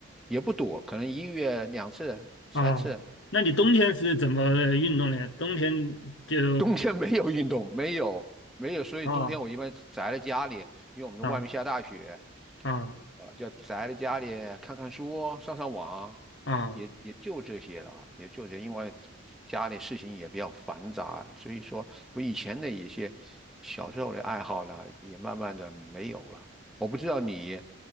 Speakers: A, in the centre; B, on the left.
A: 也不多，可能一月两次、三次。
B: 啊，那你冬天是怎么呃运动呢？冬天就
A: 冬天没有运动，没有没有，所以冬天我一般宅在家里，
B: 啊
A: 因为我们的外面下大雪，
B: 啊啊
A: 啊，就宅在家里看看书、上上网，
B: 啊，
A: 也也就这些了啊，也就这些因为家里事情也比较繁杂，所以说我以前的一些小时候的爱好呢，也慢慢的没有了。我不知道你